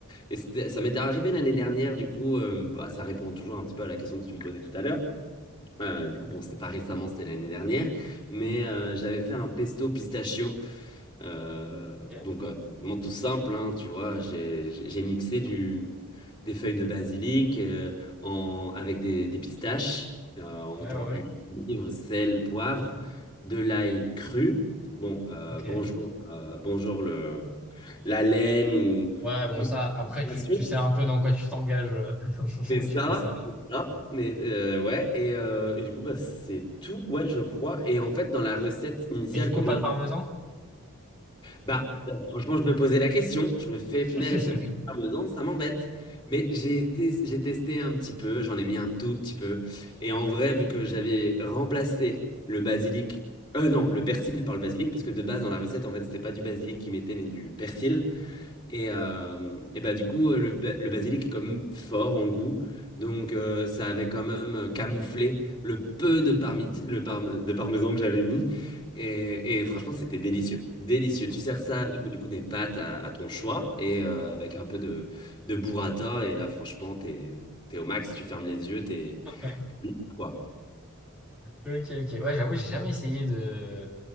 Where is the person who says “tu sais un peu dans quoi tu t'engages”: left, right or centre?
Centre